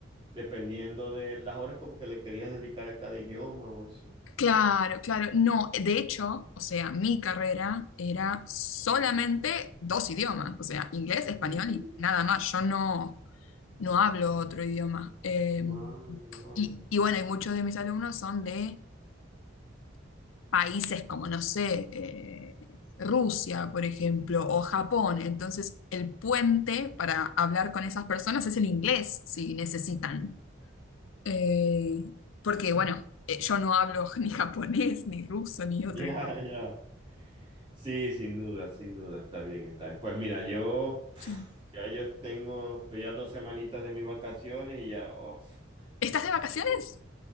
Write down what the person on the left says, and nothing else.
claro, claro, no, de hecho, o sea, mi carrera era solamente dos idiomas, o sea, inglés, español
y nada más, yo no, no hablo otro idioma. Eh,
y, y bueno, y muchos de mis alumnos son de países como, no sé, eh, Rusia, por ejemplo, o Japón. Entonces, el puente para hablar con esas personas es el inglés, si necesitan. Eh, porque, bueno, eh, yo no hablo <laughs> ni japonés, ni ruso, ni otro.
idioma.
Sí.
¿Estás de vacaciones?